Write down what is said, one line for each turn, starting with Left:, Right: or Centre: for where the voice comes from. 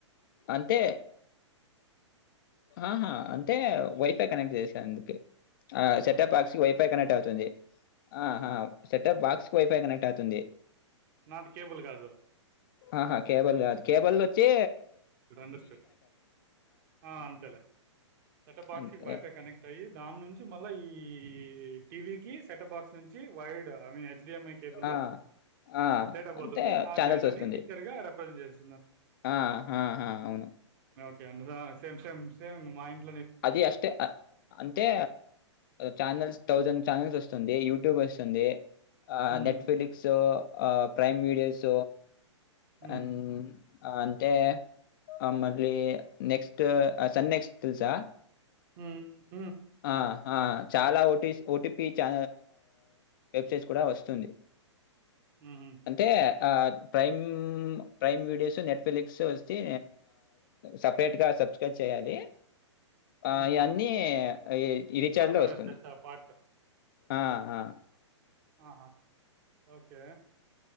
Left: అంతే ఆ హా హా అంటే వైఫై కనెక్ట్ చేసి అందుకే ఆ సెటప్ బాక్స్ కి వైఫై కనెక్ట్ అవుతుంది ఆహా సెటప్ బాక్స్ కు వైఫై కనెక్ట్ అవుతుంది
Right: నాట్ కేబుల్ కాదు
Left: ఆహా కేబుల్ కాదు కేబుల్ వచ్చి
Right: అండర్స్టుడ్ ఆ అంతేలే సెట్ బాక్స్
Left: అంతే.
Right: కీ వైఫై కనెక్ట్ అయి దాన్నుంచి మళ్ళా ఈ టీవీ కీ సెటప్ బాక్స్ నుంచి వైడ్ అంటే హెడ్మిఐ ఐ కేబుల్లో
Left: ఆ! ఆ!
Right: డేటా పోతుంది
Left: అంటే
Right: ఆ
Left: చానెల్స్
Right: డేటాని
Left: వస్తుంది.
Right: పిక్చర్ గా పనిచేస్త
Left: ఆహా అవును
Right: అ సేమ్ సేమ్ సేమ్ మా ఇంట్లో
Left: అది అష్టే అంటే ఛానల్స్ థౌసండ్ ఛానల్స్ వస్తుంది యూట్యూబ్ వస్తుంది
Right: హ్మ్.
Left: నెట్ఫిలిక్స్ ప్రైమ్ వీడియోస్
Right: హ్మ్.
Left: అ ఆ అంతే ఆ మళ్ళీ నెక్స్ట్ సన్ నెక్స్ట్ తెల్సా
Right: హ
Left: ఆ ఆ చాలా ఒట్ ఓటిపి చా వెబ్సైట్స్ కూడా వస్తుంది
Right: హ్మ్. హుహు.
Left: అంటే ప్రైమ్ ప్రైమ్ వీడియోస్ నెట్ఫ్లిక్స్ వస్తేే సపరేట్గా సబ్స్క్రైబ్ చేయాలి ఆ
Right: హుహు.
Left: ఇవన్నీ ఈ రిచార్జ్
Right: దాంట్లోనే
Left: లో వస్తుంది
Right: వచ్చేస్తే ఆ పార్ట్.
Left: ఆ ఆా
Right: ఆహా ఓకే